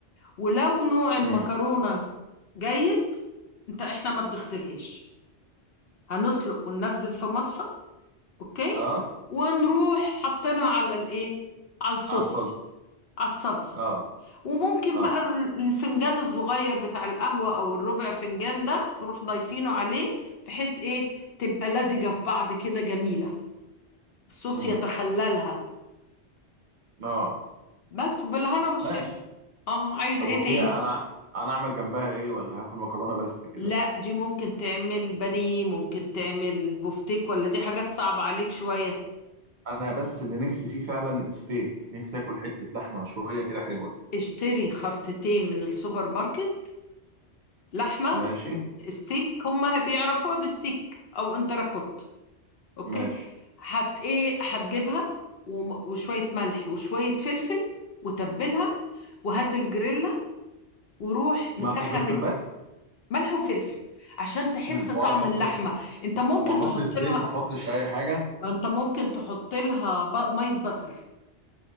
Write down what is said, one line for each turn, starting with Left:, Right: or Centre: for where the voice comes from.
Left: ولو نوع المكرونة
Right: مم.
Left: جيد انت احنا ما بنغسلهاش هنسلق وننزل في مصفى اوكي
Right: اه
Left: ونروح حاطينها على الايه على الصوص
Right: عسل
Left: على الصلصة
Right: اه
Left: وممكن
Right: اه
Left: بقى ال- الفنجان الصغير بتاع القهوة أو الربع فنجان ده نروح ضايفينه عليه بحيث إيه تبقى لزجة في بعض كده جميلة الصوص
Right: مم.
Left: يتخللها
Right: اه
Left: بس وبالهنا والشفا
Right: ماشي
Left: اه عايز
Right: طب
Left: ايه
Right: ودي
Left: تاني
Right: انا انا اعمل جنبها ايه ولا هاكل مكرونه بس كده
Left: لا دي ممكن تعمل بانيه ممكن تعمل بفتيك ولا دي حاجات صعبة عليك شوية
Right: انا بس اللي نفسي فيه فعلا ستيك نفسي اكل حته لحمه مشويه كده حلوه
Left: اشتري خرطتين من السوبر ماركت لحمة
Right: ماشي
Left: ستيك هما بيعرفوها بستيك أو انتركوت اوكي
Right: ماشي
Left: هت ايه هتجيبها وم- وشوية ملح وشوية فلفل وتبلها وهات الجريلا وروح مسخن
Right: ملح وفلفل
Left: الج-
Right: بس
Left: ملح وفلفل عشان تحس
Right: مم.
Left: طعم
Right: ولا احط
Left: اللحمة
Right: ز-
Left: انت ممكن
Right: وما احطش
Left: تحط
Right: زيت
Left: لها
Right: ما احطش اي حاجه
Left: ما انت ممكن تحط لها ب- مية بصل